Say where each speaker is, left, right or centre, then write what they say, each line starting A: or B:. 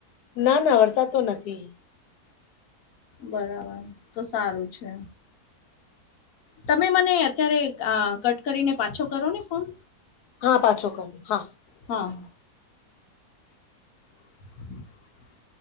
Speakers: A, on the left (about 80°); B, on the left (about 65°).
A: ના ના વરસાદ તો નથી.
B: બરાબર તો સારું છે. તમે મને અત્યારે કટ કરીને પાછો કરો ને ફોન.
A: હા પાછો કરું હા.
B: હા <inaudible>